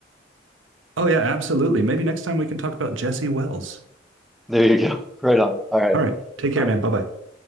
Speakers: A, on the right; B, in the centre.
A: Oh, yeah, absolutely. Maybe next time we can talk about Jesse Wells.
B: There you go. <laughs> Right on. All right.
A: All right. Take care,
B: Bye.
A: man. Bye bye.